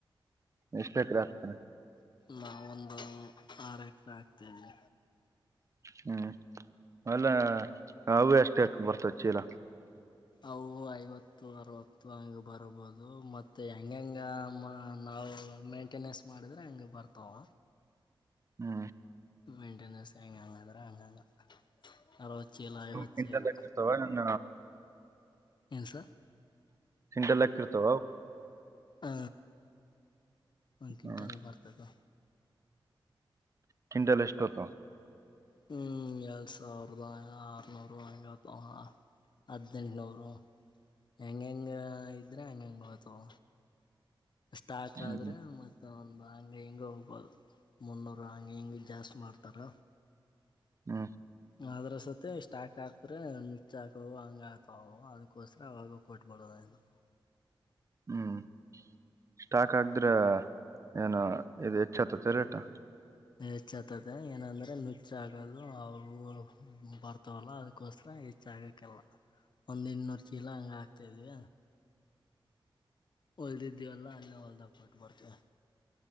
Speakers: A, on the right; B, on the left.
A: ಮಷ್ಟ್ಟೇಕ್ ರಗ್ತಾರೆ
B: ನಾವೊಂದು ಆರು ಎಕರೆ ಆಗ್ತೇವಿ
A: ಹ್ಮ್ ಅಲ್ಲ ಅವು ಅಷ್ಟ ಬರ್ತವ ಚೀಲ
B: ಅವು ಐವತ್ತು ಅರವತ್ತು ಹಗೆ ಬರ್ಬೋದು ಮತ್ತುತ್ತೆ ಹೆಂಗಂಗ ನಾವು ಮೇಂಟೆನೆನ್ಸ್ ಮಾಡಿದ್ರೆ ಹಂಗ ಬರ್ತಾವ
A: ಹ್ಮ
B: ಮೈಂಟೆನೆನ್ಸ್ ಹೆಂಗೆ ಹಂಗಾದ್ರೆ ಹಂಗಂಗ ಅರ ವಚ್ಚ ಇಲ್ಲ ಐವಚ್ಚ
A: ಕ್ವಿಂಟಲ್
B: ಇಲ್ಲ
A: ಲೆಕ್ಕ ಇರ್ತಾವ ಏನ್
B: ಏನು ಸರ್
A: ಿಂಡಲೃತ
B: ಹಾ ನಕಿ
A: ಹ್ಮ್
B: ತಲ ಬಾರತದು
A: ಕಿಟ ಲ ಎಷ್ಟುತ
B: ಹ್ಮ್ ಎಳ್ ಸಾವಿರದ ಅರನೂರು ಐವತ್ತು ಅದಿನಲ್ಲಿ ನವರು ಹೆಂಗ ಹೆಂಗ ಇದ್ರೆ ಹಂಗ ಹೆಂಗ ಹತವ ಸ್ಟಾಕ್
A: ಹ್ಮ್
B: ಆದ್ರೆ ಮತ್ತ ಒಂದು ಹಂಗೆ ಹಿಂಗೆ ಹೋಗ್ಬೋದು ಮುನ್ನೂರು ಹಂಗೆ ಹಿಂಗೆ ಜಾಸ್ತಿ ಮಾಡ್ತಾರ
A: ಹ್ಮ
B: ಅದ್ರ ಸ ಸ್ಟಾಕ್ ಹಾಕ್ದ್ರೆ ನಚ್ಚ ಹಾಕವು ಹಂಗ ಆತವು ಅದಕ್ಕೋಸ್ರ ಅವಾಗ ಕೊಟ್ಬಡೋದ ಹನ್ನು
A: ಹ್ಮ್ ಸ್ಟಾಕ್ ಆಗ್ರೆ ಏನು ಇದು ಹೆಚ್ಚತತಿ ರೇಟ್
B: ಹೆಚ್ಚ ಆತದೆ ಏನಂದ್ರೆ ನುಚ್ಚ ಆಗದು ಅವು ಬರ್ತವಲ್ಲ ಅದಕೋಸ್ಕರ ಹೆಷ್ಟ ಆಗಕಲ್ಲ ಒಂದ್ ಇನ್ನೂರ್ ಚೀಲ ಹಂಗ ಹಾಕ್ತಾ ಇದ್ವಿ ಹೊಲ್ದಿದ್ದೀವಲ್ಲಾ ಅಲ್ಲೇ ಹೊಲ್ದಾಗ ಕೊಟ್ಬರ್ತೀವಿ